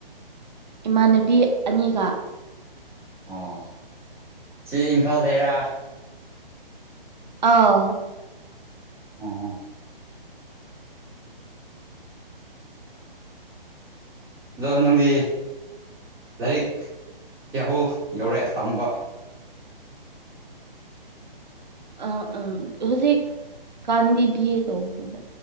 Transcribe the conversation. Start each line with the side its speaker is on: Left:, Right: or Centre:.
Right: ꯏꯃꯥꯟꯅꯕꯤ ꯑꯅꯤꯒ
Centre: ꯑꯣ ꯁꯤ ꯏꯝꯐꯥꯜꯗꯩꯔꯥ
Right: ꯑꯧ
Centre: ꯑꯣ ꯑꯗꯣ ꯅꯪꯗꯤ ꯂꯥꯏꯔꯤꯛ ꯀꯌꯥꯐꯧ ꯌꯧꯔꯦ ꯇꯝꯕ
Right: ꯑꯥ ꯎꯝ ꯍꯧꯖꯤꯛ ꯀꯥꯟꯗꯤ ꯕꯤ ꯑꯦ ꯇꯧꯕꯅꯤꯗ